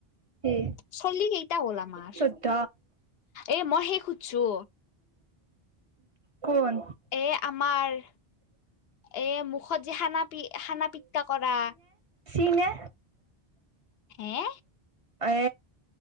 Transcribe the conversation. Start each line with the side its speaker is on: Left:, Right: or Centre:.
Right: সি
Left: চল্লি কেইটা হ'ল আমাৰ?
Right: চৈধ্য
Left: এ মই সেই খোধছো।
Right: কোন?
Left: এ আমাৰ এই মুখত যে খানা পি, খানা পিটকা কৰা
Right: ফ্ৰি নে?
Left: হে?
Right: এ,